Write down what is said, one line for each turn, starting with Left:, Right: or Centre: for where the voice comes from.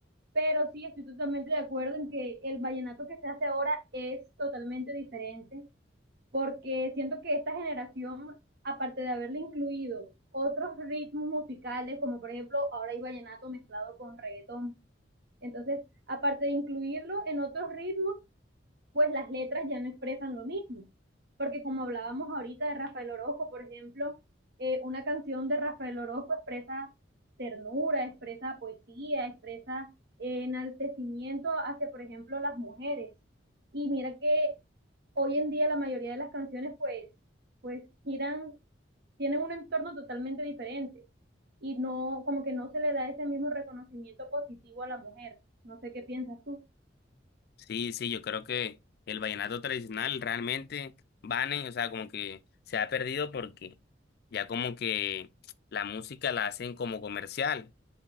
Right: Pero sí, estoy totalmente de acuerdo en que el vallenato que se hace ahora es totalmente diferente, porque siento que esta generación, aparte de haberle incluido otros ritmos musicales, como por ejemplo ahora hay vallenato mezclado con reggaetón, entonces, aparte de incluirlo en otros ritmos, pues las letras ya no expresan lo mismo. Porque como hablábamos ahorita de Rafael Orozco, por ejemplo, eh, una canción de Rafael Orozco expresa ternura, expresa poesía, expresa eh, enaltecimiento hacia, por ejemplo, las mujeres. Y mira que hoy en día la mayoría de las canciones pues, pues giran, tienen un entorno totalmente diferente y no, como que no se le da ese mismo reconocimiento positivo a la mujer. No sé qué piensas tú.
Left: Sí, sí, yo creo que el vallenato tradicional realmente, Vane, o sea, como que se ha perdido porque ya como que la música la hacen como comercial